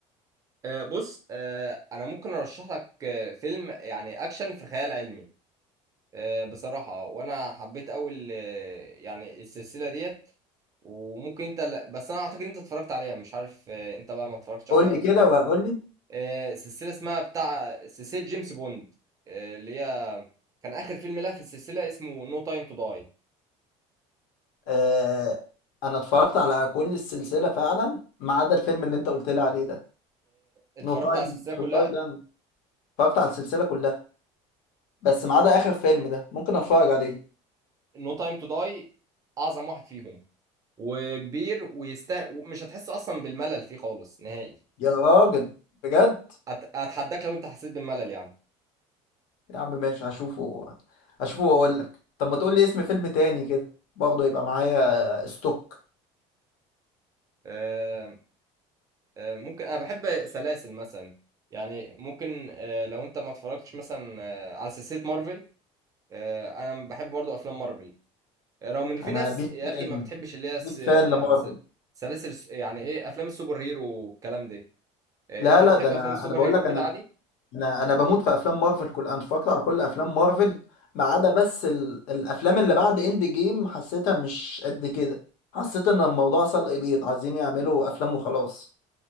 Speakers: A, on the right; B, on the left.
A: آه، بص آه، انا ممكن ارشح لك آه، فيلم يعني اكشن في خيال علمي آه، بصراحه وانا حبيت اول آه، يعني السلسله ديت وممكن انت لا بس انا اعتقد انت اتفرجت عليها مش عارف آه، انت بقى ما اتفرجتش
B: قول
A: عليها
B: لي
A: ولا
B: كده
A: لا
B: وهقول لي
A: آه، سلسله اسمها بتاع سلسله جيمس بوند آه، اللي هي كان اخر فيلم لها في السلسله اسمه نو تايم تو داي
B: آه انا اتفرجت على كل السلسله فعلا ما عدا الفيلم اللي انت قلت لي عليه ده
A: اتفرجت
B: نو تايم
A: على السلسله كلها
B: تو داي ده أنا اتفرجت على السلسله كلها بس ما عدا اخر فيلم ده ممكن اتفرج عليه
A: نو تايم تو داي اعظم واحد فيهم وكبير ويستاهل مش هتحس اصلا بالملل فيه خالص نهائي
B: يا راجل بجد
A: أت- اتحداك لو انت حسيت بالملل يا عم
B: يا عم ماشي هشوفه هشوفه واقول لك طب ما تقول لي اسم فيلم تاني كده برضه يبقى معايا ستوك
A: آه، آه، ممكن انا بحب سلاسل مثلا يعني ممكن آه، لو انت ما اتفرجتش مثلا آه، على سلسله مارفل آه، انا بحب برضو افلام مارفل آه، رغم ان في
B: انا
A: ناس
B: بيك
A: يا
B: فان
A: اخي ما بتحبش اللي هي
B: بيك
A: س- يعني
B: فان لمارفل
A: س- سلاسل الس- يعني ايه افلام السوبر هيرو والكلام ده آه،
B: لا
A: انت
B: لا
A: بتحب
B: ده انا
A: افلام السوبر
B: انا بقول
A: هيرو
B: لك
A: كده
B: انا
A: عادي
B: انا انا بموت في افلام مارفل كل انا اتفرجت على كل افلام مارفل ما عدا بس ال... الافلام اللي بعد اند جيم حسيتها مش قد كده حسيت ان الموضوع سلق بيض عايزين يعملوا افلام وخلاص